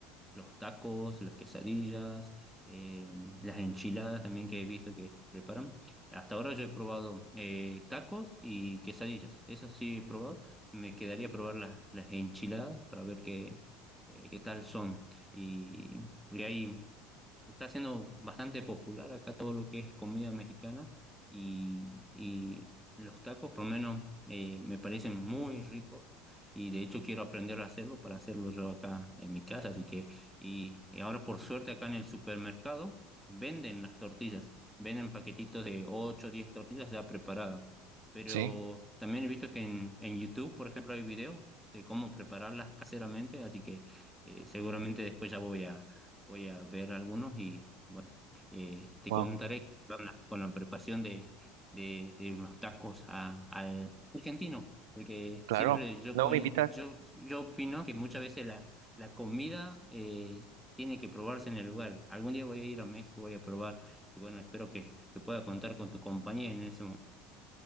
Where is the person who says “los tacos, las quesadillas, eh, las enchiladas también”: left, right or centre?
Centre